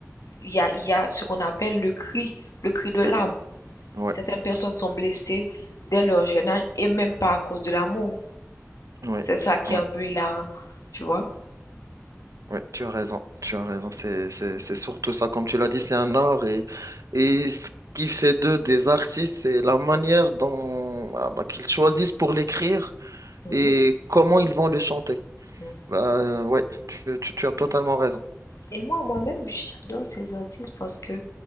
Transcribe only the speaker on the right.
ouais,
ouais,
ouais.
Oui, tu as raison, tu as raison. C'est, c'est, c'est surtout ça, comme tu l'as dit, c'est un art et, et ce qui fait d'eux des artistes, c'est la manière dont ah bah, qu'ils choisissent pour l'écrire
et comment ils vont le chanter.
Bah, ouais, tu, tu, tu as totalement raison.